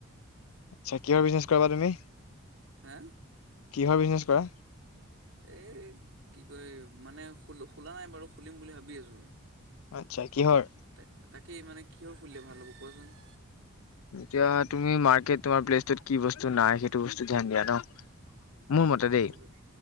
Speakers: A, on the left (about 80°); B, on the right (about 65°).
A: আচ্ছা! কিহৰ বিজনেছ কৰা বা তুমি?
B: হা?
A: কিহৰ বিজনেছ কৰা?
B: এই, কি কয় মানে, খোলা নাই বাৰু খুলিম বুলি ভাবি আছোঁ!
A: আচ্ছা! কিহৰ?
B: ত' তাকেই মানে, কিহৰখুলিলে ভাল হ'ব কোৱাছোন?
A: এতিয়া তুমি মাৰ্কেট, তোমাৰ প্লেচটোত কি বস্তু নাই সেইটো বস্তু ধ্যান দিয়া ন'? মোৰ
B: অ
A: মতে
B: সেইটো
A: দেই!
B: হয় বাৰু